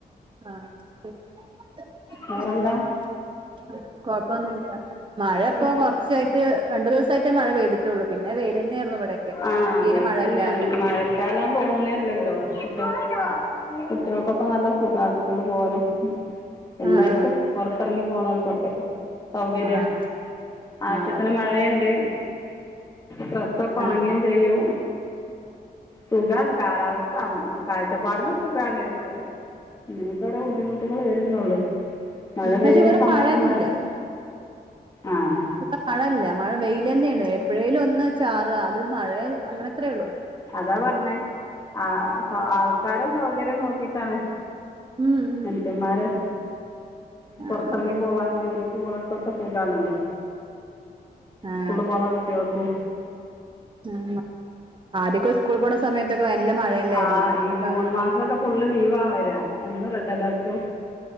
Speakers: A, on the right; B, on the left.
A: ആഹ <unintelligible>
B: വേറെന്താ
A: കൊഴപ്പൊന്നുംല്ല മഴ ഇപ്പ
B: ഓക്കെ
A: കുറച്ചായി റ്റ് രണ്ടു ദിവസമായിട്ട മഴ പെയ്തി ള്ളൂ പിന്നെ വെയിലെന്നെയായിരുന്നു ഇവിടെക്കെ
B: ആഹ
A: തീരെ
B: വെയിൽ
A: മഴയില്ലാതെ
B: തന്നെയാണ് മഴക്കാലന്ന് തോന്നുന്നല്ലല്ലോ കുട്ടേ
A: ആഹ്
B: കുട്ടികൾക്കൊക്കെ നല്ല സുഖാ സ്കൂള് പോകാനും എല്ലാർക്കും
A: ആഹ് അതെ
B: പോറത്തിറങ്ങി പോന്നൽക്കൊക്കെ സൗകര്യ
A: ആഹ്
B: ആവശ്യത്തിന്
A: ആഹ് അതെ
B: മഴയുണ്ട് ഡ്രസ്സ്ക്കെഉണങ്ങേം
A: ആഹ്
B: ചെയും സുഖാണ് കാലാവസ്ഥ മ് കാഴ്ചപ്പാടന്ന് സുഖാണ് പക്ഷേ ഇങ്ങനെയൊക്കെ ഒരേ ബുദ്ധിമുട്ടുകൾ വരുന്നുള്ളു മഴ പെയ്യുന്ന
A: പക്ഷെ ഇവിടെ
B: സമയത്ത്
A: മഴയൊന്നുല്ല
B: മഴ ആഹ
A: ഇവിടെ മഴല്ല മഴ വെയില് തന്നെയാണ് എപ്പോഴേലും ഒന്ന് ചാറ് അത് മഴ അങ്ങനെ അത്രേ ഉള്ളു
B: അതാ പറഞ്ഞെ ആ സെ ആൾക്കാര സൗകര്യം നോക്കിട്ടാണ്
A: ഉം ഉ
B: മനുഷ്യൻമാര് പൊറത്തിറങ്ങി
A: ആഹ് അതെ
B: പോവാനും ജോലിക്ക് പോണെൽക്കൊക്കെ സുഖാണല്ലോ
A: ആഹ്
B: സ്കൂള് പോണ കുട്ടികൾക്കും
A: ഉ മ ആദ്യൊക്കെ സ്കൂളൽ പോണ സമയത്തൊക്കെ നല്ല മഴയല്ലായിരുന്നെ
B: ആ
A: നമ്മളൊക്കെ
B: ഈ ജൂൺ
A: ആ
B: മാസമൊക്കെ ഫുള്ള് ലീവ വരാ എന്നും റെഡ് അലർട്ടും